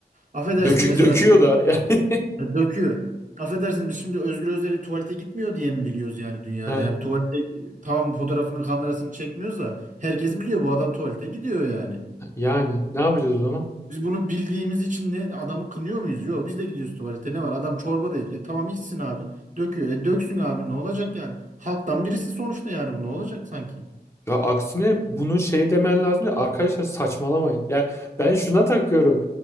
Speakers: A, on the right (about 50°); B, on the left (about 15°).
A: Affedersin
B: dökü-
A: mesela
B: döküyor da. <laughs>
A: Ya Döküyor. Affedersin biz şimdi Özgür Özel'i tuvalete gitmiyor diye mi biliyoruz yani dünyada?
B: Heh,
A: Yani tuvalete e, tamam fotoğrafını kamerasını çekmiyoruz da herkes biliyor bu adam tuvalete gidiyor yani.
B: Yani ne yapacağız o zaman?
A: Biz bunu bildiğimiz için ne adamı kınıyor muyuz? Yok biz de gidiyoruz tuvalete ne var? Adam çorba da iç- e, tamam içsin abi. Döküyor. E döksün abi ne olacak yani? Halktan birisi sonuçta yani bu ne olacak sanki?
B: Ya aksine bunu şey demen lazım ya arkadaşlar saçmalamayın. Yani ben şuna takıyorum.